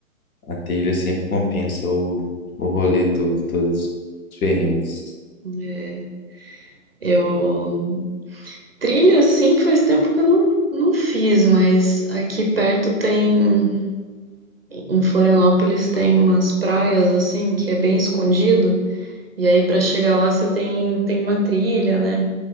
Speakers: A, on the left (about 75°); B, on the right (about 45°).
A: a trilha sempre compensa o, o rolê todo, todos os perrengues.
B: É, eu Trilha, sim, faz tempo que eu não, não fiz, mas aqui perto tem, em Florianópolis, tem umas praias, assim, que é bem escondido, e aí pra chegar lá você tem, tem uma trilha, né?